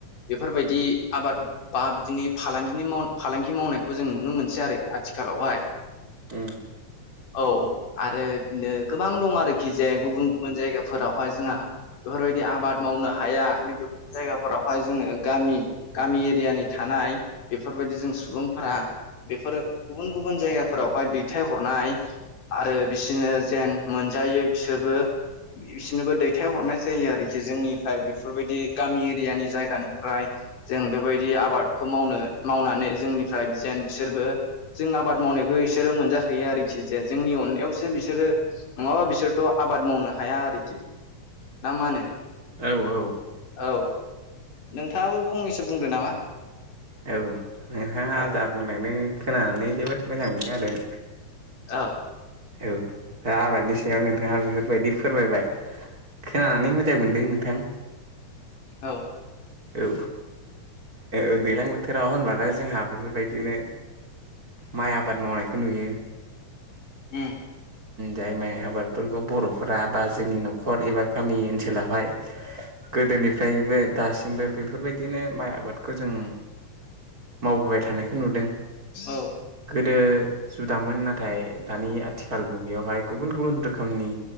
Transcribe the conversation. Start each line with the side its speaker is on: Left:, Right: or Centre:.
Left: बेफोरबायदि आबाद बा बिदिनि फालांगिनि माव फालांगि मावनायखौ जों नुनो मोनसै आरो आथिखालावहाय।
Right: उम।
Left: औ आरो बिदिनो गोबां दं आरोखि जे गुबुन गुबुन जायगाफोरावहाय जोंहा बेफोरबायदि आबाद मावनो हाया बेबायदि जायगाफोरावहाय जोङो गामि गामि एरियानि थानाय बेफोरबायदि जों सुबुंफोरा बेफोरो गुबुन गुबुन जायगाफोरावहाय दैथायहरनाय। आरो बिसोरनो जेन मोनजायो बिसोरबो बिसिनोबो दैथाय हरनाय जायो आरोखि जोंनिफ्राय बेफोरबायदि गामि एरियानि जायगानिफ्राय। जों बेबायदि आबादखौ मावनो मावनानै जोंनिफ्राय जेन बिसोरबो जों आबाद मावनायखौ इसोरो मोनजा हैयो आरोखि। जे जोंनि अननायावसो बिसोरो नङाबा बिसोरथ' आबाद मावनो हाया आरोखि। ना मानो
Right: औ औ।
Left: औ नोंथाङाबो फंनैसो बुंदो नामा?
Right: औ नोंथांङा
Left: औ
Right: जा बुंलांनो खोनानानै जोबोद मोजां मोनदों आरो।
Left: औव
Right: औ दा आबादनि सायाव नोंथांङा बेफोरबायदि फोरमायबाय खोनानानै मोजां मोनदों नोंथां।
Left: औव
Right: औ ओ दैलां बो बोथोराव होनबानोथाय जोंहा बेफोरबायदिनो माइ आबाद मावनायखौ नुयो।
Left: <unintelligible>
Right: जाय माइ आबादफोरखौ बर'फोरा बा जोंनि न'खर एबा गामि ओनसोलावहाय। गोदोनिफ्रायबो दासिमबो बेफोरबायदिनो माइ आबादखौ जों मावबोबाय थानायखौ नुदों।
Left: औ
Right: गोदो जुदामोन नाथाय दानि आथिखाल मुगायावहाय गुबुन गुबुन रोखोमनि